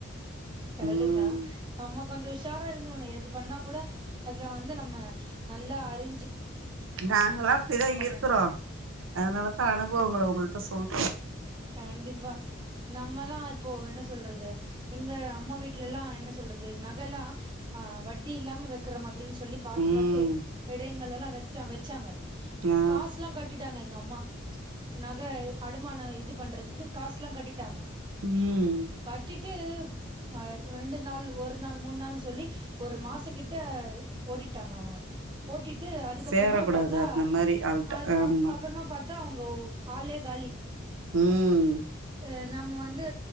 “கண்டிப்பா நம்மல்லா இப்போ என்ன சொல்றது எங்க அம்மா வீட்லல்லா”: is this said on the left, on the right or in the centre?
Right